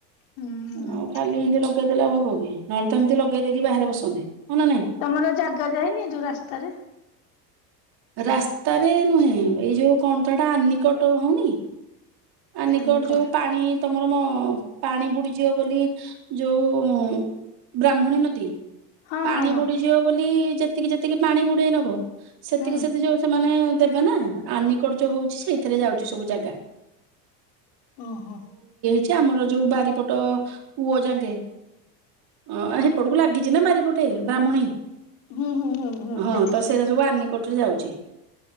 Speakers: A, on the left; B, on the right.
A: ହୁଁ ହୁଁ।
B: ଆଉ ଖାଲି ଏନ୍ତି ଲଗେଇଦେଲେ ଆଉ ହବ କି ନହେଲେ ତ ଏମତି ଲଗେଇ ଦେଇକି ବାହାରେ ବସନ୍ତେ ହଁ ନା ନାଇଁ?
A: ତମର ଜାଗା ଯାଇନି ଯୋଉ ରାସ୍ତାରେ।
B: ରାସ୍ତାରେ ନୁହେଁ ଏଇ ଯୋଉ କଣ ତ ଏଟା ଆନିକଟ ହଉନି? ଆନିକଟ
A: ଆନିକର
B: ଯୋଉ ପାଣି ତମର ମ ପାଣି ବୁଡିଯିବ ବୋଲି ଯୋଉ ବ୍ରାହ୍ମଣୀ ନଦୀ
A: ହଁ
B: ପାଣି
A: ହଁ ହଁ
B: ବୁଡିଯିବ ବୋଲି ଯେ ତିକି ଯେତିକି ପାଣି ବୁଡେଇ ନବ ସେତିକି
A: ହୁଁ
B: ସେତି ଯୋଉ ସେମାନେ ଦେବେ ନା ଆନିକଟ ଯୋଉ ହଉଚି ସେଇଥିରେ ଯାଉଚି ସବୁ ଜାଗା।
A: ଓହୋ
B: ଛି ଆମର ଯୋଉ ବାରିପଟ କୂଅ ଯାଙ୍କେ ଅଁ ହେପଟୁକୁ ଲାଗିଚି ନା ବାରିପ ଟେ ବ୍ରାହ୍ମୁଣୀ
A: ହୁଁ ହୁଁ ହୁଁ ହୁଁ
B: ହଁ
A: ଦେଖିଛି
B: ତ ସେଇରା ସବୁ ଆନିକଟରେ ଯାଉଚି।